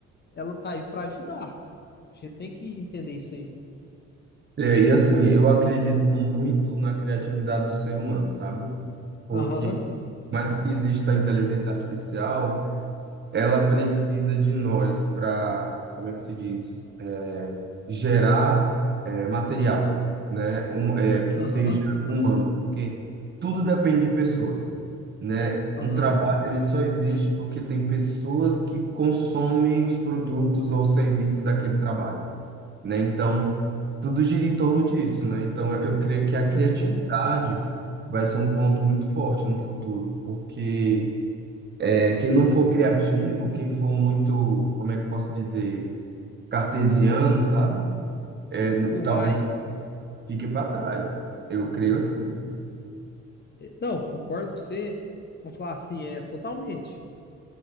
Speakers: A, on the left; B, on the right.
A: ela tá aí pra ajudar. A gente tem que entender isso aí.
B: É, e assim, eu acredito muito na criatividade do ser humano, sabe? Porque,
A: Aham,
B: por mais que exista a inteligência artificial, ela precisa de nós para, como é que se diz, é, gerar é, material, né? Um, é, que
A: aham,
B: seja humano, porque tudo depende de pessoas, né?
A: aham,
B: Um trabalho ele só existe porque tem pessoas que consomem os produtos ou serviços daquele trabalho, né? Então, tudo gira em torno disso, né? Então, eu eu creio que a criatividade
A: uhum.
B: vai ser um ponto muito forte no futuro, porque é, quem não for criativo, quem for muito, como é que eu posso dizer, cartesiano, sabe? É, n-
A: Não
B: talvez
A: vai.
B: fique para trás. Eu creio assim.
A: é, Não, concordo com você. Vamos falar assim, é totalmente.